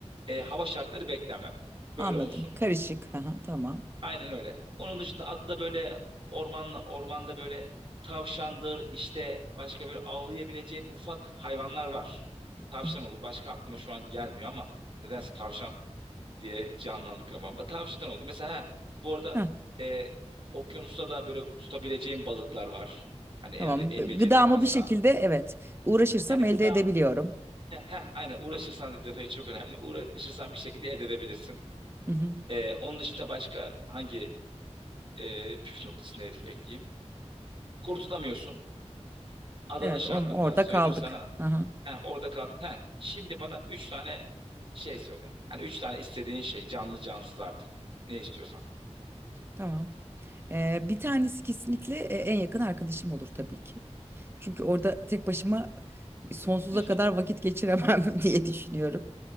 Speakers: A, on the right; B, on the right.
A: e, hava şartları bekleme. Böyle
B: Anladım.
A: olsun.
B: Karışık. Aha, tamam.
A: Aynen öyle. Onun dışında adı da böyle ormanla ormanda böyle tavşandır işte başka böyle avlayabileceğin ufak hayvanlar var. Tavşan
B: Hı hı.
A: olur. Başka aklıma şu an gelmiyor ama nedense tavşan diye canlandı kafamda. Tavşan olur. Mesela ha, bu arada
B: Hah,
A: e, okyanusta da böyle tutabileceğin balıklar var. Hani eğer
B: tamam.
A: el
B: B-
A: becerin
B: Gıdamı
A: varsa.
B: bir şekilde evet uğraşırsam
A: Yani gıdanı
B: elde edebiliyorum.
A: heh, heh, aynen uğraşırsan detayı çok önemli. Uğraşırsan bir şekilde elde edebilirsin.
B: Hı hı.
A: E, onun dışında başka hangi e, püf noktasını ek- ekleyeyim? Kurtulamıyorsun. Adanın
B: Evet,
A: şartlarından
B: o- orada
A: söyledim
B: kaldık.
A: sana.
B: hı hı
A: He, orada kaldın. He, şimdi bana üç tane şey söyle. Hani üç tane istediğin şey canlı cansız artık. Ne istiyorsan.
B: tamam. Ee, bir tanesi kesinlikle e, en yakın arkadaşım olur tabii ki. Çünkü orada tek başıma e, sonsuza
A: Hı hı.
B: kadar vakit geçiremem <laughs> diye düşünüyorum.